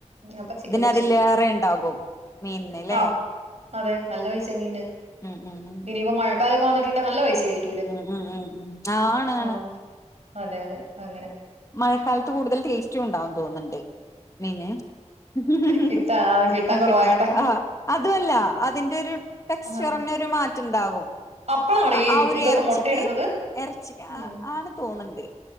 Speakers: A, on the right; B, on the left.
A: അപ്പൊ ചിക്കൻ
B: ഇതിനതിലേറെ
A: മേടിച്ചിട്ട് വരും
B: ഇണ്ടാകും മീൻന്ല്ലേ?
A: ആഹ് അതെ നല്ല പൈസ മീന്
B: ഉം ഉം ഉം
A: ഇനിയിപ്പോ മഴക്കാലൊക്കെ വന്നിട്ടുണ്ടണ്ട് നല്ല പൈസായിരിക്കും
B: ഉം ഉം ഉം ഉം ആണ്
A: ഓ
B: ആണ്
A: അതെ അതെ അങ്ങനെ
B: മഴക്കാലത്ത് കൂടുതൽ ടേസ്റ്റുണ്ടാകന്ന് തോന്നുന്നുണ്ട് മീന് മ്മ്മ്
A: കിട്ടാ കിട്ടാൻ കുറവായോണ്ടാ
B: കിട്ട ആ അതുമല്ല അതിന്റെ ഒരു ടെക്സ്ചറിന
A: ആഹ്
B: ഒരു മാറ്റണ്ടാവും
A: അപ്പളാണോ
B: ആ
A: ഈ
B: ഹഒരു
A: ഇതൊക്കെ
B: എറച്ചിക്ക്
A: മുട്ടയിടുന്നത്
B: എറച്ചി
A: ഉം
B: ആ ആണ് തോന്നണ്ട്